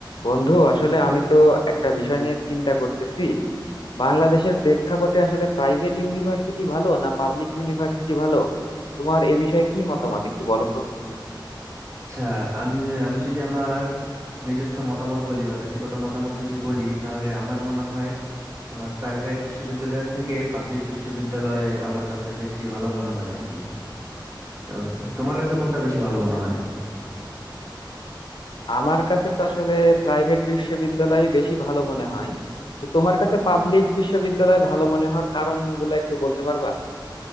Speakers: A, on the left; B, on the right.
A: বন্ধু আসলে আমি তো একটা বিষয় নিয়ে চিন্তা করতেছি বাংলাদেশের প্রেক্ষাপটে আসলে প্রাইভেট ইউনিভার্সিটি ভালো না পাবলিক ইউনিভার্সিটি ভালো তোমার এ বিষয়ে কি মতামত একটু বলো তো
B: আচ্ছা আমি আমি যদি আমার নিজস্ব মতামত বলি বা ব্যক্তিগত মতামত যদি বলি তাহলে আমার মনে হয় তোমার প্রাইভেট বিশ্ববিদ্যালয়ের থেকে পাবলিক বিশ্ববিদ্যালয়ে আমার কাছে বেশি ভালো মনে হয় আর কি তো তোমার কাছে কোনটা বেশি ভালো মনে হয়
A: আমার কাছে তো আসলে প্রাইভেট বিশ্ববিদ্যালয় বেশি ভালো মনে হয় তো তোমার কাছে পাবলিক বিশ্ববিদ্যালয় ভালো মনে হওয়ার কারণগুলো একটু বলতে পারবা